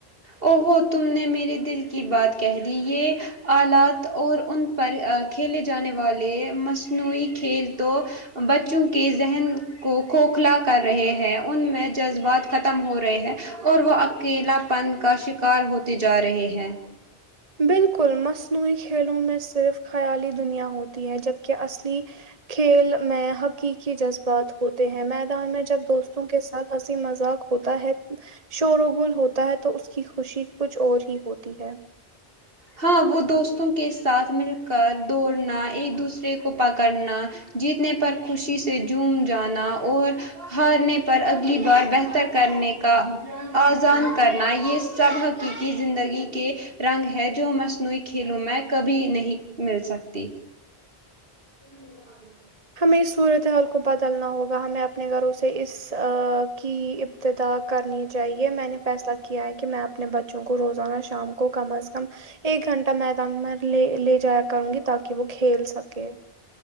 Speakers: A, on the right; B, on the right.
A: او ہوو تم نے میرے دل کی بات کہہ دی یہ آلات اور ان پر کھیلے جانے والے مصنوعی کھیل تو بچوں کے ذہن کو کھوکھلا کر رہے ہیں ان میں جذبات ختم ہو رہے ہیں اور وہ اکیلا پن کا شکار ہوتے جا رہے ہیں
B: بالکل مصنوعی کھیلوں میں صرف خیالی دنیا ہوتی ہے جبکہ اصلی کھیل میں حقیقی جذبات ہوتے ہیں میدان میں جب دوستوں کے ساتھ سے مذاق ہوتا ہے شور و گول ہوتا ہے تو اس کی خوشی کچھ اور ہی ہوتی ہے
A: ہاں وہ دوستوں کے ساتھ مل کر دوڑنا ایک دوسرے کو پکڑنا جیتنے پر خوشی سے جوم جانا اور ہارنے پر اگلی بار بہتر کرنے کا آزان کرنا یہ سب حقیقی زندگی کے رنگ ہیں جو مصنوعی کھیلوں میں کبھی نہیں مل سکتی <unintelligible>
B: ہمیں اس صورتحال کو بدلنا ہوگا ہمیں اپنے گھروں سے اس کی ابتدا کرنی چاہیے میں نے فیصلہ کیا ہے کہ میں اپنے بچوں کو روزانہ شام کو کم از کم ایک گھنٹہ میدان میں لے لے جایا کروں گی تاکہ وہ کھیل سکے